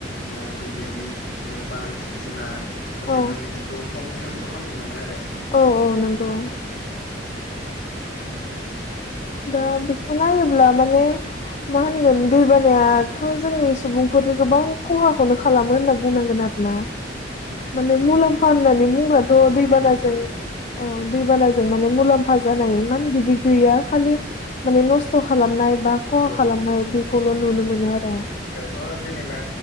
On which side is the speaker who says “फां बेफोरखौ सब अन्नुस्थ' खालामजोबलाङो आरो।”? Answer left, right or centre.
Left